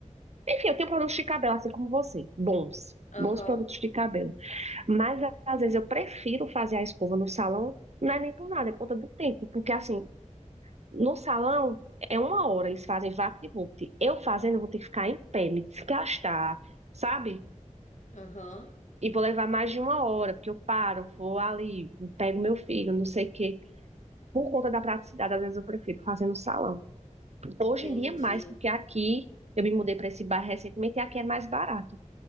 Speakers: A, on the right; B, on the left.
A: Enfim, eu tenho produtos de cabelo, assim como você, bons,
B: Aham,
A: bons produtos de cabelo. Mas às vezes eu prefiro fazer a escova no salão, não é nem por nada, é por conta do tempo, porque assim, no salão é uma hora, eles fazem vapt-vupt. Eu fazendo, eu vou ter que ficar em pé, me desgastar, sabe?
B: aham,
A: E vou levar mais de uma hora, porque eu paro, vou ali, pego meu filho, não sei o quê. Por conta da praticidade, às vezes eu prefiro fazer no salão.
B: entendi.
A: Hoje em dia, é mais, porque aqui eu me mudei para esse bairro recentemente e aqui é mais barato.